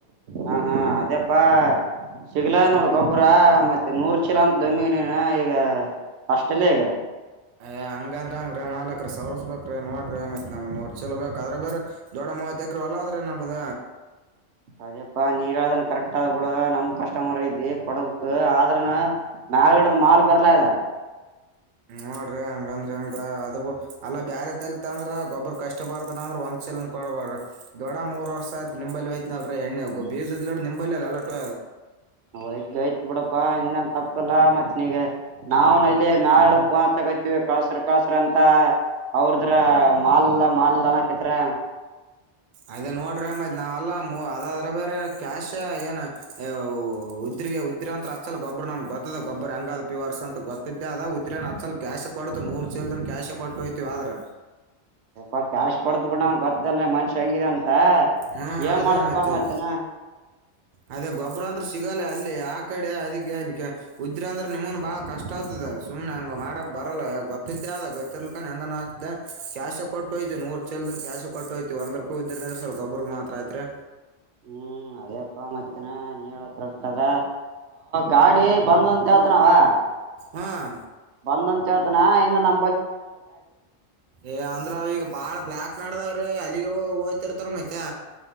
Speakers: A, on the right; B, on the right.
A: ಹಾ ಹಾ ಅದೇಪ್ಪಾ ಸಿಗ್ಲ ನೋಡ ಗೊಬ್ಬರ ಮತ್ತೆ ನೂರ್ ಚಲ ಅಂತ ದಮಿ ನೀನು ಈಗ ಅಷ್ಟಲ್ಲಗ
B: ಅಯ್ ಹಂಗಂದ್ರ ಹಂಗ್ರೀ ಮಾಲಕ್ರ ಸವರ್ಸ್ಬೇಕ್ರೀ ನೋಡ್ರಿ ಮತ್ತ ನಮ್ ನೂರು ಚಲ ಬೇಕ ಆದ್ರೆ ಬೇರೆ ದೊಡ ಮೂವತ್ ಎಕರು ಅಲ್ಲ ಆದ್ರೆ ನಂಬದ
A: ಅದ್ಯಪ್ಪಾ ನೀದನ್ ಕರೆಕ್ಟ್ ಆದ ಬಿಡ ನಮ್ ಕಸ್ಟಮರ್ ಇದಿ ಕೊಡಕ್ ಆದ್ರನ ಮಾಗಲಿಡದ ಮಾಲ್ ಬರ್ಲಾ ಇದ
B: ನೋಡ್ರಿ ಹಂಗಂದ್ರ ಹೆಂಗ ಅದು ಅಲ್ಲ ಬೇರೆ ತಲತ್ ಅಂದ್ರ ಗೊಬ್ಬ್ರ ಕಷ್ಟ ಬರ್ತಾನ ಅಂದ್ರ ಒಂದ ಕೊಡ್ಬಾರ್ರ ದೊಡ ಮೂರ್ ವರ್ ಆಯತು ನಿಂಬಲ್ಲಿ ಆಯತನಲ್ರಿಎಣ್ಣೆ ಬೀಜದ್ಡ್ ನಿಂಬಲ್ ಅಲಟ್
A: ಒಯ್ತು ಯ್ತು ಬಿಡಪ್ಪಾ ಇನ್ನನ್ ತಪ್ಪಲ್ಲಾ ಮತ್ನಗ ನಾವನ್ಲ್ ನಾಡು ಪೋಗತವಿ ಕಳಸ್ರ ಕಳಸ್ರ ಅಂತ ಅವ್ರದ್ರ ಮಾಲ್ ಇಲ್ಲ ಮಾಲ್ ಇಲ್ಲಾನ ಕತ್ರ್ರ
B: ಅದೇ ನೋಡ್ರಿತ್ ನಾವೆಲ್ಲ ಅದಾದ್ರೆ ಬೇರೆ ಕ್ಯಾಶ ಏನ್ ಉ ರಿಗೆ ಉದ್ರಾಂತರ ಅಚ್ಚಲ ಗೊಬರ ನಮ ಗೊದ ಗಬ್ಬ ಹೆಂಗ ಪಿ ವರ್ಸ್ ಅಂತ ಗೊತ್ತಿದ್ದೆ ಅದ ಇದ್ರ ಕ್ಯ ಕೊಡು ನೂರು ಚದ ಕ್ಯಾಶ ಕೊಟ್ಟು ಹೋಗ್ತೀವಿ ಆದ್ರೆ
A: ಅ ಕ್ಯಾಶ್ ಕೊಡ್ತ ಬಿಡನ ಗೊತ್ತಲ್ ಮ ಹಂಗಿದೆ ಅಂತ
B: ಹ್ಞೂ
A: ಏನ್
B: ಅದೇ
A: ಮಾಡ್ತ್ವಾ
B: ಮತ್ತೆ
A: ಮಧ್ಯಾನ
B: ಅದೇ ಗೊಬ್ಬ್ರ ಅಂದ್ರೆ ಸಿಗಲ್ಲ ಅಲ್ಲಿ ಆ ಕಡೆ ಅದಕ್ಕೆ ಉದ್ರ ಅಂದ್ರೆ ನಿಮ್ಮನ್ ಬಾಳ ಕಷ್ಟ ಆಗ್ತದ ಸುಮ್ನೆ ಹೆಂಗ ಮಾಡಕ್ ಬರಲ್ಲ ಗೊತ್ತಿದ್ದೆ ಅದ ಗೊತ್ತಿರ್ಲಕ ಹೆಂಗ ಕ್ಯಾಶ ಕೊಟ್ಟುಯ್ ನೂರ್ ಲ್ದ ಕ್ಯಾಶ ಕಟ್ಟೋಯಐತಿ ಒಂದ ರೂಪಾಯಿ ವಿದ್ಯ ನಡೆಸಲ್ ಗೊಬರಿಗೆ ಮಾತ್ರಯಐತ್ರಿ
A: ಹ್ಮ್ ಅದೇಪ್ಪಾ ಮತ್ತನಾ ನೀ ಹೇಳೊಟ್ಟದ ಗಾಡಿ ಬಂದಂತ ಹೇಳ್ತನವಾ
B: ಹಾಂ
A: ಬಂದಂತ ಹೇಳ್ತನ ಇನ್ನು ನ
B: ಏ ಅಂದ್ರ ಅವ ಈಗ ಬಾಳ ಬ್ಲ್ಯಾಕ್ ನಡದಾವ್ರೀ ಅಲ್ಲಿಗೆ ಹೋಗ್ತಿರ್ತಾರ ಮತ್ತೆ